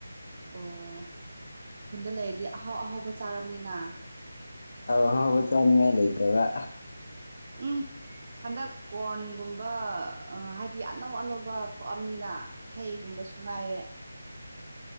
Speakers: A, on the right; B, on the left.
A: ꯑꯣ ꯈꯨꯟꯗ ꯂꯩꯔꯗꯤ ꯑꯍꯥꯎ ꯑꯍꯥꯎꯕ ꯆꯥꯔꯕꯅꯤꯅ꯫
B: ꯑꯍꯎ ꯆꯉ ꯂꯩꯇ ꯋꯥ
A: ꯏꯁꯥ ꯍꯟꯗꯛ ꯀꯣꯔꯟꯒꯨꯝꯕ ꯍꯥꯏꯗꯤ ꯑꯅꯧ ꯑꯅꯧꯕ ꯊꯣꯛꯑꯕꯅꯤꯅ ꯍꯩꯒꯨꯝꯕꯁꯨ ꯉꯥꯏꯔꯦ꯫